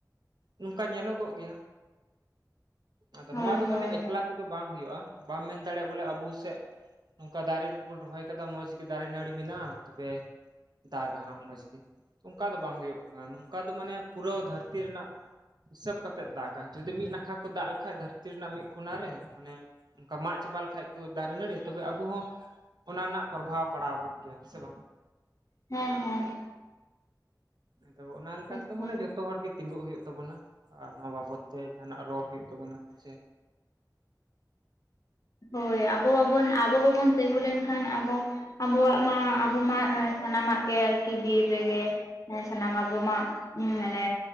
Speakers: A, on the right; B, on the left.
A: ᱱᱚᱝᱠᱟ ᱧᱮᱞᱚᱜᱚᱜ ᱜᱮᱭᱟ᱾ ᱟᱫᱚ ᱱᱚᱣᱟ
B: ᱦᱳᱭ
A: ᱫᱚ
B: ᱦᱳᱭ
A: ᱢᱟᱱᱮ ᱮᱠᱞᱟ ᱛᱮᱫᱚ ᱵᱟᱝ ᱦᱩᱭᱩᱜ-ᱟ᱾ ᱵᱟᱢ ᱢᱮᱱ ᱫᱟᱲᱮᱭᱟᱜ-ᱟ ᱵᱚᱞᱮ ᱟᱹᱵᱩ ᱥᱮᱜ ᱱᱚᱝᱠᱟ ᱫᱟᱨᱮ ᱨᱮ ᱠᱚᱵᱚᱱ ᱨᱚᱦᱚᱭ ᱠᱟᱫᱟ ᱢᱚᱡᱽ ᱜᱮ ᱫᱟᱨᱮ ᱱᱟᱹᱲᱤ ᱢᱤᱱᱟᱜ-ᱟ᱾ ᱛᱚᱵᱮᱭ ᱫᱟᱜᱟ ᱦᱟᱸᱜ ᱢᱚᱡᱽ ᱜᱮ᱾ ᱚᱱᱠᱟ ᱫᱚ ᱵᱟᱝ ᱦᱩᱭᱩᱜ ᱠᱟᱱᱟ ᱱᱩᱝᱠᱟ ᱫᱚ ᱢᱟᱱᱮ ᱯᱩᱨᱟᱹᱣ ᱫᱷᱟᱹᱨᱛᱤ ᱨᱮᱱᱟᱜ ᱦᱤᱥᱟᱹᱯ ᱠᱟᱛᱮᱜ ᱫᱟᱜᱟᱭ᱾ ᱡᱩᱫᱤ ᱢᱤᱫ ᱱᱟᱠᱷᱟ ᱠᱚ ᱫᱟᱜ ᱞᱮᱠᱷᱟᱡ ᱫᱷᱟᱹᱨᱛᱤ ᱨᱮᱱᱟᱜ ᱢᱤᱫ ᱠᱚᱱᱟ ᱨᱮ ᱢᱟᱱᱮ ᱚᱱᱠᱟ ᱢᱟᱜ ᱪᱟᱵᱟ ᱞᱮᱠᱷᱟᱡ ᱠᱚ ᱫᱟᱨᱮ ᱱᱟᱹᱲᱤ, ᱛᱚᱵᱮ ᱟᱵᱚ ᱦᱚᱸ ᱚᱱᱟ ᱨᱮᱱᱟᱜ ᱯᱨᱚᱵᱷᱟᱵᱽ ᱯᱟᱲᱟᱣ ᱵᱚᱱ ᱜᱮᱭᱟ᱾ ᱥᱮ ᱵᱟᱝ᱾
B: ᱦᱮᱸ ᱦᱮᱸ᱾
A: ᱟᱫᱚ ᱚᱱᱟ ᱞᱮᱠᱟ
B: ᱮᱠᱫᱚᱢ
A: ᱛᱮᱫᱚ ᱢᱟᱱᱮ ᱡᱚᱛᱚ ᱦᱚᱲ ᱜᱮ ᱛᱤᱸᱜᱩᱜ ᱦᱩᱭᱩᱜ ᱛᱟᱵᱚᱱᱟ ᱟᱨ ᱱᱚᱣᱟ ᱵᱟᱵᱚᱛ ᱛᱮ ᱡᱟᱦᱟᱸ ᱱᱟᱜ ᱨᱚᱲ ᱦᱩᱭᱩᱜ ᱛᱟᱵᱚᱱᱟ ᱥᱮ
B: ᱦᱳᱭ ᱟᱵᱚ ᱵᱟᱵᱚᱱ ᱟᱵᱚ ᱵᱟᱵᱚᱱ ᱛᱮᱸᱜᱩ ᱞᱮᱱᱠᱷᱟᱱ ᱟᱵᱚ ᱟᱵᱚᱣᱟᱜ ᱢᱟ ᱟᱵᱚ ᱢᱟ ᱮ ᱥᱟᱱᱟᱢᱟᱜ ᱜᱮ ᱟᱨᱠᱤ ᱵᱤᱨ ᱨᱮᱜᱮ᱾ ᱦᱮᱸ ᱥᱟᱱᱟᱢ ᱟᱵᱚ ᱢᱟ ᱩᱸ ᱢᱟᱱᱮ